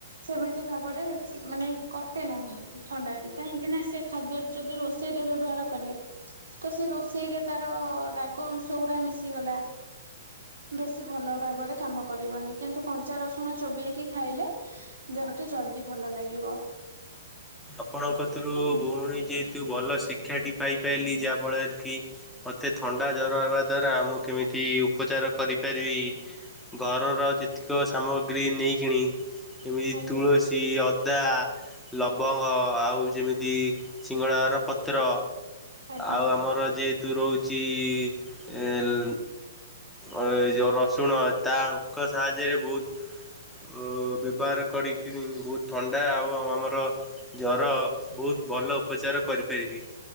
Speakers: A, on the right; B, in the centre.
A: ସେମିତି ଭାବରେ ମାନେ କଟେ ନାହିଁ ଥଣ୍ଡା ଟି କାହିଁକି ନା ସେ ଖାଦ୍ୟ ଯଦି ରୋଷ ସେଇଟେରେ ବ୍ୟବହାର କଲେ ତ ସେ ରୋଷେଇରେ ତାର ରାଗ ଅଂଶ ଗୁଡା ମିଶିଗଲା। ବେଶୀ ଭଲ ଭାବରେ କାମ କରିବନି କିନ୍ତୁ କଞ୍ଚା ରସୁଣ ଚୋବେଇକି ଖାଇଲେ ଦେହଟି ଜଲଦି ଭଲ ଲାଗିବ।
B: ଆପଣ କତୁରୁ
A: ବୁଝିଲେ
B: ଭଉଣୀ ଯେହେତୁ ଭଲ ଶିକ୍ଷାଟି ପାଇପାରିଲି ଯାହାଫଳରେ କି ମୋତେ ଥଣ୍ଡା ଜ୍ଵର ହେବା ଦ୍ୱାରା ମୁଁ କେମିତି ଉପଚାର କରିପାରିବି। ଘରର ଯେତିକ ସାମଗ୍ରୀ ନେଇକିଣି ଏମିତି
A: ଆଜ୍ଞା
B: ତୁଳସୀ ଟି ଅଦା ଲବଙ୍ଗ। ଆଉ ଯେମିତି ସିଙ୍ଗଡ଼ାର ପତ୍ର
A: ଆଜ୍ଞା
B: ଆଉ ଆମର ଯେ ତୁ ରହୁଛି ଏଁ ଏ ଯୋଉ ରସୁଣ ତା ଅଙ୍କ ସାହାଯ୍ୟରେ ବହୁତ ଉଁ ବ୍ୟବହାର କରିକିରି ବହୁତ ଥଣ୍ଡା ଆଉ
A: ଆଜ୍ଞା
B: ଆଉ ଆମର ଜର ବହୁତ ଭଲ ଉପଚାର କରିପାରିବି।